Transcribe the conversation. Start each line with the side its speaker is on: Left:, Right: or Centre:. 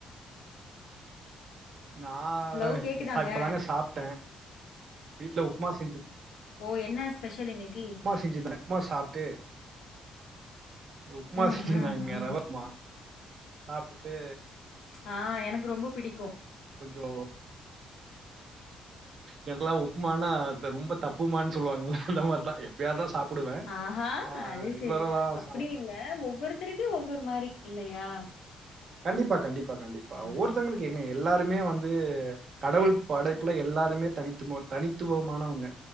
Right: நா
Left: ஹலோ கேக்குதாங்க
Right: ச இப்போதாங்க சாப்ட்டே வீட்ல உப்புமா செஞ்சு
Left: ஓ என்ன ஸ்பெஷல் இன்னைக்கி
Right: செஞ்சு <inaudible> சாப்ட்டு உப்மா
Left: ம்
Right: செஞ்சிருந்தாங்க
Left: ம் ம்
Right: ரவ உப்மா சாப்ட்டு
Left: ஆ எனக்கு ரொம்ப பிடிக்கும்
Right: கொஞ்சோ எனக்குலா உப்மான்னா ரொம்ப தப்புமான் சொல்லுவாங்கள அந்த மாரி தா எப்பயாதா சாப்டுவே
Left: ஆஹா
Right: ஆ
Left: அது
Right: ரெகுலராலா
Left: சரி அப்டி
Right: சாப்ட
Left: இல்ல ஒவ்வொருத்தருக்கு ஒவ்வொரு மாரி இல்லயா
Right: கண்டிப்பா கண்டிப்பா கண்டிப்பா ஒவ்வொருத்தங்களுக்கு
Left: ம்
Right: எங்க எல்லாருமே வந்து கடவுள் படைப்புல எல்லாருமே தனித்து தனித்துவமானவங்க